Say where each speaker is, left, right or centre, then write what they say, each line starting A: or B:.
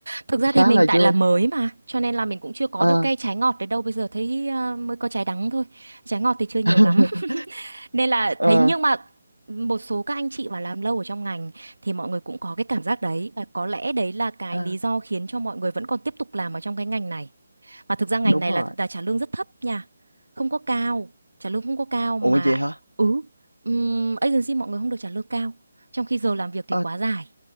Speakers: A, on the right; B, on the left.
A: thực ra thì
B: khá
A: mình
B: là
A: tại
B: vui
A: là mới mà cho nên là mình cũng chưa có
B: ờ
A: được cây trái ngọt đấy đâu bây giờ thấy à, mới có trái đắng thôi trái ngọt thì chưa nhiều
B: <laughs>
A: lắm nên là
B: ờ
A: thấy nhưng mà một số các anh chị mà làm lâu ở trong ngành thì mọi người cũng có cái cảm giác đấy và có lẽ đấy là cái
B: ờ,
A: lý do khiến cho mọi người vẫn còn tiếp tục làm ở trong cái ngành này mà thực ra ngành
B: đúng
A: này
B: rồi
A: là là trả lương rất thấp nha không có cao trả lương không có cao
B: ủa
A: mà
B: vậy hả
A: ừ um, agency mọi người không được trả lương cao trong khi giờ làm việc thì
B: ờ
A: quá dài